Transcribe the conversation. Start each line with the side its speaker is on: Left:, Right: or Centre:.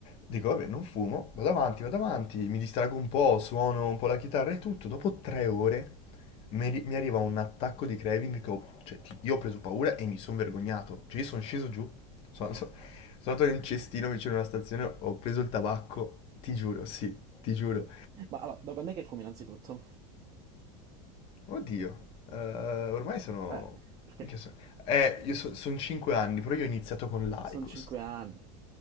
Left: Dico, vabbè, non fumo, vado avanti, vado avanti, mi distrago un po', suono un po' la chitarra e tutto. Dopo tre ore mi, arri- mi arriva un attacco di craving che ho, cioè, ti- io ho preso paura e mi sono vergognato. Cioè, io sono sceso giù, sono, sono sono andato in un cestino vicino a una stazione, ho preso il tabacco, ti giuro, sì, ti giuro.
Right: Ma allora, da quando è che fumi innanzitutto?
Left: Oddio, eh, ormai sono...
Right: Eh, perché
Left: minchia, sono- Eh, io sono 5 anni, però io ho iniziato con l'Aicos.
Right: sono cinque anni.